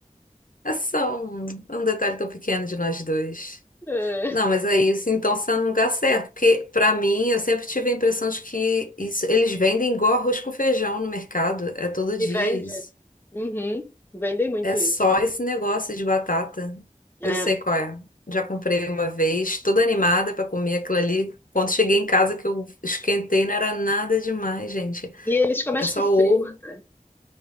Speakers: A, on the left; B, on the left.
A: É só um, é um detalhe tão pequeno de nós dois.
B: É.
A: Não, mas é isso. Então você tá no lugar certo. Porque, pra mim, eu sempre tive a impressão de que isso, eles vendem igual arroz com feijão no mercado. É todo
B: E
A: dia
B: vende.
A: isso.
B: Uhum. Vendem muito
A: É só
B: isso.
A: esse negócio de batata.
B: É.
A: Eu sei qual é. Já comprei uma vez, toda animada pra comer aquilo ali. Quando cheguei em casa que eu esquentei, não era nada demais, gente.
B: E eles comem
A: É
B: acho
A: só
B: que frio
A: ovo.
B: até.